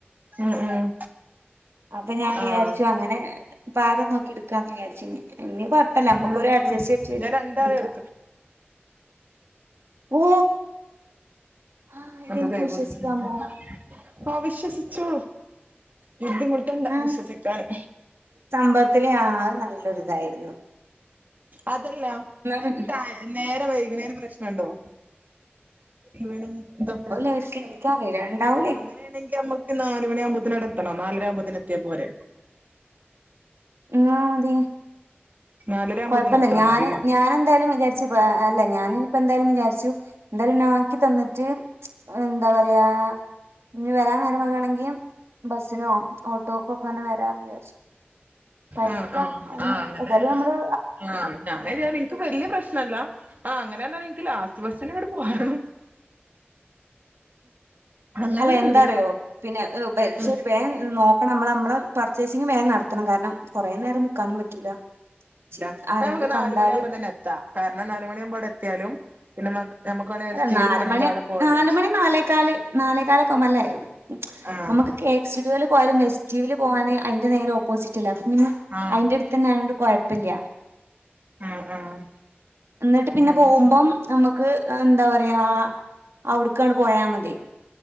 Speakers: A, on the right; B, on the right.
A: ഉം ഉം
B: അപ്പ ഞാൻ വിചാരിച്ചു
A: ആഹ്
B: അങ്ങനെ പാകം നോക്കി ഇട് ക്കാന്ന് വിചാരിച് ഇനി കൊയപ്പല്ല നമ്മുക്കൊര്
A: ഞാൻ എടുക്ക
B: അഡ്ജസ്റ്റ് ചെയ്ത്ട്ട്
A: ഞാൻ രണ്ടാളീം
B: ഇട്ക്കാ ഓ ആ ഇതെനിക്ക്
A: അതെ <unintelligible>
B: വിശ്വസിക്കാമോ
A: ഓ വിശ്വസിച്ചു ബുദ്ധിമുട്ടുണ്ട്
B: ആ
A: വിശ്വസിക്കാന്
B: സംഭവത്തില് ആ അത് നല്ലൊര് ഇതായിര്ന്നു
A: അതല്ല അൻക്ക്
B: പിന്നെ
A: ടൈ നേരം വൈക്ണെന് പ്രശ്നണ്ടോ ഇവനിംഗ് തൊക്കെ
B: <unintelligible> ഇൻക്കറീല ഇണ്ടാവും
A: അങ്ങനെണെങ്കി നമ്മക്ക് നാല് മണി ആവുമ്പോത്തിന് അവ്‌ടെ എത്തണോ നാലര ആവുമ്പോത്തിന് എത്തിയാ പോരെ
B: ന്നാ മതി
A: നാലര ആകുമ്പോത്തിന്
B: കോഴപ്പല്ല
A: എത്തണംന്നല്ല
B: ഞാന് ഞാന് എന്തായാലും വിചാരിച്ച് അല്ല ഞാന് ഇനി ഇപ്പ എന്തായാലും വിചാരിച്ചു എന്തായാലും ഇന്നെ ആക്കി തന്നിട്ട് എന്താ പറയാ ഇഞ് വരാൻ നേരം വെഗ്ഗാണെങ്കി ബസ്സിനോ ഓട്ടോക്കോക്കങ്ങനെ വരാ വിചാരിച്ചു പൈസ
A: ആഹ് ആഹ്
B: അന്ന്
A: ആഹ് അങ്ങനെ
B: ഏതായാലും ഞമ്മള്
A: ആഹ് ഞാനേതെ ഇൻക്ക് വല്ല്യ പ്രശ്നല്ല ആ അങ്ങനന്നെ ഇൻക്ക് ലാസ്റ്റ് ബസ്സ്ന് ഇങ്ങട് പോരണം അങ്ങനൊന്നുണ്ട്
B: അല്ല എന്താറിയോ പിന്നെ പരി
A: ഉം
B: ഷ വേം നോ ഇപ്പ നമ്മള നമ്മളെ പർച്ചേസിങ്ങ് വേം നട്ത്തണം കാര്ണം കോറേ നേരം നിക്കാനും പറ്റൂല
A: ഇല്ല
B: ചീ ആരെങ്കിലും
A: നമുക്ക് നാല്
B: കണ്ടാല്
A: മണിയാവുമ്പം തന്നെ എത്താ കാരണം നാല് മണിയാവുമ്പോ അവ്ടെ എത്തിയാലും പിന്നെ മ നമുക്ക് വേണേ
B: അല്ല
A: എസ് ടി
B: നാലുമണി
A: യുല് പോണെങ്കി അവിടെ പോവാല്ലോ
B: നാലുമണി നാലേകാല് നാലേകാലൊക്കെ ആവുമ്പ നല്ലേ
A: ആഹ്
B: നമുക്ക് കേക്ക് സ്റ്റുഡിയോല് പോയാലും വെസ്റ്റീവ്ല് പോവാന് അയിന്റെ നേരെ ഓപ്പോസിറ്റ ല്ലേ അപ്പ പിന്നെ
A: ആഹ്
B: അയിന്റെ എട്ത്തന്നെ അയോണ്ട് കോഴപ്പല്ല
A: ആഹ് ആഹ്
B: ന്നട്ട് പിന്നെ
A: അത്
B: പോവുമ്പം
A: ശരി
B: നമു ക്ക് എന്താ പറയാ അവ്ട്ക്കാണ്ട് പോയാ മതി